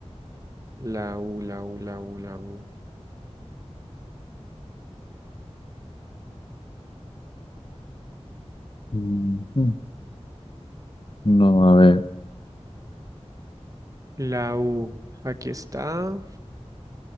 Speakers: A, on the right; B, on the left.
A: La U, la U, la U, la U.
B: Mm, No, a ver.
A: La U, aquí está.